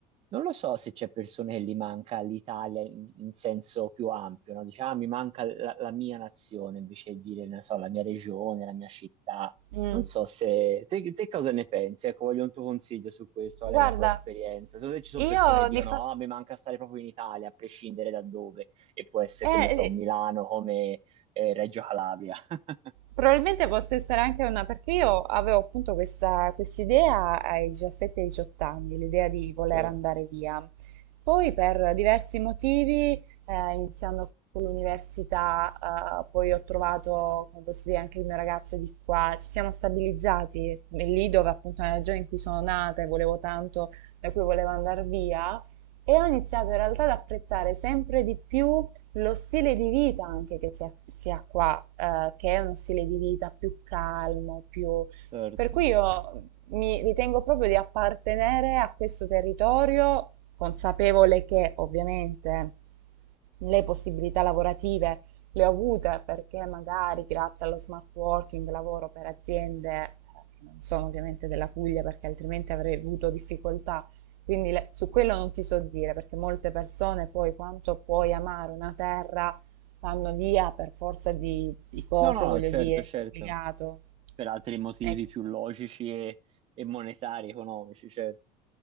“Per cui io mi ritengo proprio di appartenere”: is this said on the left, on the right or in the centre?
Right